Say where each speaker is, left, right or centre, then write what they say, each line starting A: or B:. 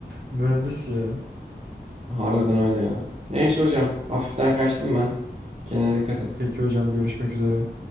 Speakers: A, on the right; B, on the right.
A: Mühendis ya.
B: Harbiden öyle ya. Neyse hocam. Hafiften kaçtım ben. Kendine dikkat et.
A: Peki hocam görüşmek üzere.